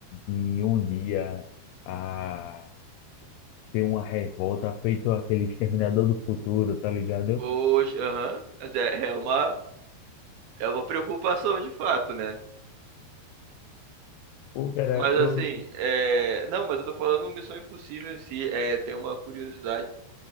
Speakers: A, on the left (about 80°); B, on the right (about 75°).
A: de um dia a ter uma revolta feito aquele Exterminador do Futuro, tá ligado?
B: Os, aham, Mas é, é uma, é uma preocupação de fato, né?
A: Pô, cara,
B: Mas
A: eu,
B: assim, é, não, mas eu tô falando Missão Impossível em si, é, tem uma curiosidade